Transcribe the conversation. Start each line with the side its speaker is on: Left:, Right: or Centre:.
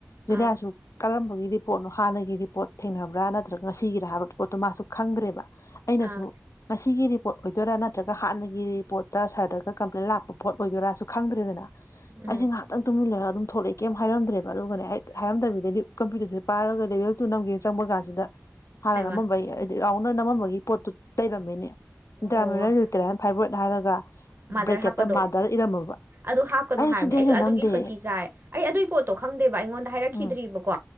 Left: ꯖꯨꯅꯤꯌꯥꯁꯨ
Right: ꯑꯥ
Left: ꯀꯔꯝꯕꯒꯤ ꯄꯣꯠꯅꯣ ꯍꯥꯟꯅꯒꯤ ꯔꯤꯄꯣꯠ ꯊꯦꯡꯅꯕ꯭ꯔꯥ ꯅꯠꯇ꯭ꯔꯒ ꯉꯁꯤꯒꯤꯔꯥ ꯍꯥꯏꯕ ꯄꯣꯠꯇꯣ ꯃꯥꯁꯨ ꯈꯪꯗ꯭ꯔꯦꯕ ꯑꯩꯅꯁꯨ
Right: ꯑꯥ
Left: ꯉꯁꯤꯒꯤ ꯔꯤꯄꯣꯠ ꯑꯣꯏꯗꯣꯏꯔꯥ ꯅꯠꯇ꯭ꯔꯒ ꯍꯥꯟꯅꯒꯤ ꯔꯤꯄꯣꯠꯇ ꯁꯥꯔꯗꯒ ꯀꯝꯄ꯭ꯂꯦꯟ ꯂꯥꯛꯄ ꯄꯣꯠ ꯑꯣꯏꯗꯣꯏꯔꯥꯁꯨ ꯈꯪꯗ꯭ꯔꯦꯗꯅ
Right: ꯎꯝ
Left: ꯑꯩꯁꯦ ꯉꯥꯏꯍꯥꯛꯇꯪ ꯇꯨꯃꯤꯜ ꯂꯩꯔꯒ ꯑꯗꯨꯝ ꯊꯣꯛꯂꯛꯑꯦ ꯀꯦꯝ ꯍꯥꯏꯔꯝꯗ꯭ꯔꯦꯕ ꯑꯗꯨꯒꯅꯦ ꯑꯩ ꯍꯥꯏꯔꯝꯗꯕꯤꯗ ꯀꯝꯄ꯭ꯌꯨꯇꯔꯁꯦ ꯄꯥꯏꯔꯒ ꯂꯦꯚꯦꯜ ꯇꯨ ꯅꯝꯒꯦꯅ ꯆꯪꯕ ꯀꯥꯟꯁꯤꯗ ꯍꯥꯟꯅ
Right: ꯍꯩꯃꯥ
Left: ꯑꯃꯃꯝꯕꯩ ꯑꯩ ꯔꯥꯎꯅ ꯅꯝꯃꯝꯕꯒꯤ ꯄꯣꯠꯇꯨ ꯂꯩꯔꯝꯃꯤꯅꯦ ꯏꯟꯇꯔꯥꯃꯜꯨꯇꯔꯟ
Right: ꯑꯣ
Left: ꯐꯥꯏꯕ꯭ꯔꯣꯏꯗ ꯍꯥꯏꯔꯒ
Right: ꯃꯥꯗꯔ
Left: ꯕ꯭ꯔꯦꯀꯦꯠꯇ
Right: ꯍꯥꯞꯄꯗꯣ
Left: ꯃꯥꯗꯔ ꯏꯔꯝꯃꯕ
Right: ꯑꯗꯨ ꯍꯥꯞꯀꯅꯨ
Left: ꯑꯩꯅ
Right: ꯍꯥꯏꯕꯅꯦ
Left: ꯁꯤꯗꯤ
Right: ꯑꯩꯁꯨ
Left: ꯑꯩꯅ
Right: ꯑꯗꯨꯒꯤ
Left: ꯅꯝꯗꯦ
Right: ꯈꯣꯟꯊꯤ ꯆꯥꯏ ꯑꯩ ꯑꯗꯨꯒꯤ ꯄꯣꯠꯇꯣ ꯈꯪꯗꯦꯕ ꯑꯩꯉꯣꯟꯗ ꯍꯥꯏꯔꯛꯈꯤꯗ꯭ꯔꯤꯕꯀꯣ
Left: ꯎꯝ